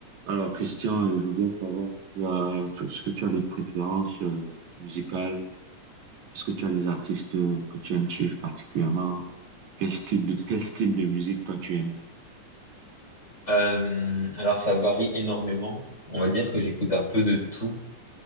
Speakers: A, on the right (about 65°); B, on the left (about 20°).
A: Alors, Christian, euh, je voudrais savoir, tu as- tu- est-ce que tu as des préférences euh, musicales? Est-ce que tu as des artistes euh, que tu aimes suivre particulièrement? Quel style de, quel style de musique toi tu aimes?
B: Euh, alors ça varie énormément. On va dire que j'écoute un peu de tout